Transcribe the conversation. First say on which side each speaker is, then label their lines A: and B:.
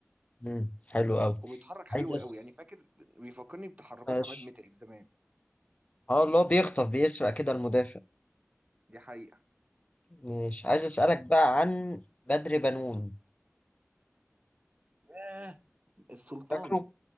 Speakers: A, on the left (about 30°); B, on the right (about 30°).
A: امم حلو قوي
B: وبيتحرك حلو
A: عايز أس...
B: قوي يعني فاكر بيفكرني بتحركات
A: ماشي
B: عماد متعب زمان
A: اه اللي هو بيخطف بيسرق كده المدافع
B: دي حقيقة
A: ماشي عايز اسألك بقى عن بدر بنون
B: ياه السلطان
A: فاكره